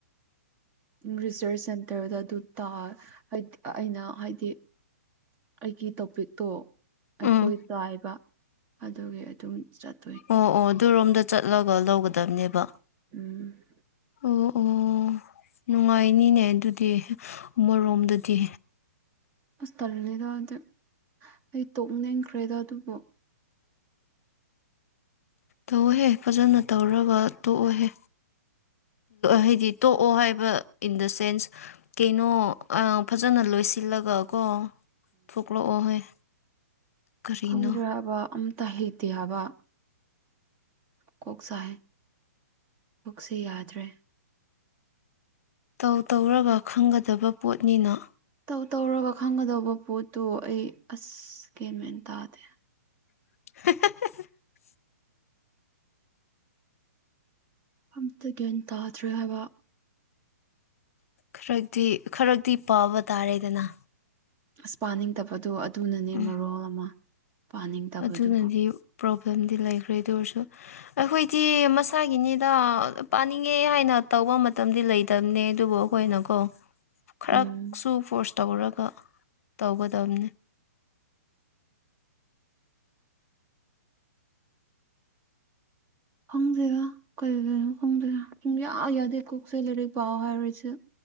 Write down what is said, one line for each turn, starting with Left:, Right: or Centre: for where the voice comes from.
Right: ꯔꯤꯁꯔꯁ ꯁꯦꯟꯇꯔꯗ ꯑꯗꯨ ꯇ ꯍꯥꯏꯗꯤ ꯑꯩꯅ ꯍꯥꯏꯗꯤ ꯑꯩꯒꯤ ꯇꯣꯄꯤꯛꯇꯣ
Left: ꯎꯝ
Right: ꯑꯩꯈꯣꯏ ꯇꯥꯏꯕ ꯑꯗꯨꯒꯤ ꯑꯗꯨꯝ ꯆꯠ
Left: ꯑꯣ ꯑꯣ ꯑꯗꯨꯔꯣꯝꯗ ꯆꯠꯂꯒ ꯂꯧꯒꯗꯕꯅꯦꯕ
Right: ꯎꯝ
Left: ꯑꯣ ꯑꯣ ꯅꯨꯡꯉꯥꯏꯅꯤꯅꯦ ꯑꯗꯨꯗꯤ ꯑꯃꯔꯣꯝꯗꯗꯤ
Right: ꯍꯁ ꯇꯜꯂꯤꯗ ꯍꯥꯏꯗꯤ ꯑꯩ ꯇꯣꯛꯅꯤꯡꯈ꯭ꯔꯦꯗ ꯑꯗꯨꯕꯨ
Left: ꯇꯧꯍꯦ ꯐꯖꯅ ꯇꯧꯔꯒ ꯇꯣꯛꯑꯣꯍꯦ ꯍꯥꯏꯗꯤ ꯇꯣꯛꯑꯣ ꯍꯥꯏꯕ ꯏꯟ ꯗ ꯁꯦꯟꯁ ꯀꯩꯅꯣ ꯐꯖꯅ ꯂꯣꯏꯁꯤꯜꯂꯒ ꯀꯣ ꯊꯣꯛꯂꯛꯑꯣ ꯍꯣꯏ ꯀꯔꯤꯅꯣ
Right: ꯈꯪꯗ꯭ꯔ ꯍꯥꯏꯕ ꯑꯝꯇ ꯍꯩꯇꯦ ꯍꯥꯏꯕ ꯀꯣꯛ ꯆꯥꯏ ꯀꯛꯁꯦ ꯌꯥꯗ꯭ꯔꯦ
Left: ꯇꯧ ꯇꯧꯔꯒ ꯈꯪꯒꯗꯕ ꯄꯣꯠꯅꯤꯅ
Right: ꯧ ꯇꯧꯔꯒ ꯈꯪꯒꯗꯧꯕ ꯄꯣꯠꯇꯣ ꯑꯩ ꯑꯁ ꯀꯦꯟ ꯃꯦꯟ ꯇꯥꯗꯦ
Left: <unintelligible>
Right: ꯑꯝꯇ ꯒ꯭ꯌꯥꯟ ꯇꯥꯗ꯭ꯔꯦ ꯍꯥꯏꯕ
Left: ꯈꯔꯛꯇꯤ ꯈꯔꯛꯇꯗꯤ ꯄꯥꯕ ꯇꯥꯔꯦꯗꯅ
Right: ꯑꯁ ꯄꯥꯅꯤꯡꯗꯕꯗꯣ ꯑꯗꯨꯅꯅꯦ
Left: ꯎꯝ
Right: ꯃꯔꯣꯜ ꯑꯃ ꯄꯥꯅꯤꯡꯗꯕꯗꯨꯒ
Left: ꯑꯗꯨꯅꯗꯤ ꯄ꯭ꯔꯣꯕ꯭ꯂꯦꯝꯗꯤ ꯂꯩꯈ꯭ꯔꯦ ꯑꯗꯨ ꯑꯣꯏꯔꯁꯨ ꯑꯩꯈꯣꯏꯗꯤ ꯃꯁꯥꯒꯤꯅꯦ ꯄꯥꯅꯤꯡꯉꯦ ꯍꯥꯏꯅ ꯇꯧꯕ ꯃꯇꯝꯗꯤ ꯂꯩꯇꯕꯅꯦ ꯑꯗꯨꯕꯨ ꯑꯩꯈꯣꯏꯅꯀꯣ
Right: ꯎꯝ
Left: ꯈꯔꯁꯨ ꯐꯣꯔꯁ ꯇꯧꯔꯒ ꯇꯧꯒꯗꯕꯅꯤ
Right: ꯈꯪꯖꯦꯔ ꯀꯔꯤꯒꯤꯅꯣ ꯈꯪꯗꯔ ꯁꯨꯝ ꯌꯥꯗꯦ ꯀꯣꯛꯁꯦ ꯂꯥꯏꯔꯤꯛ ꯄꯥꯎ ꯍꯥꯏꯔꯤꯁꯦ